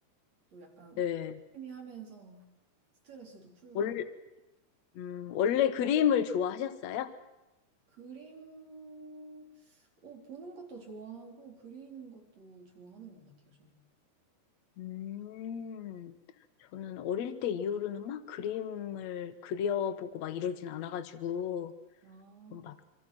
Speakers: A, on the right (about 45°); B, on the left (about 60°).
A: 또또 약간
B: 네.
A: 취미하면서 스트레스도 풀고
B: 원래, 음, 원래 그림을 좋아하셨어요?
A: 그림 어, 보는 것도 좋아하고 그리는 것도 좋아하는 것 같아요, 저는.
B: 음, 저는 어릴 때 이후로는 막 그림을 그려보고 막 이러진 않아가지고,
A: 아.
B: 막,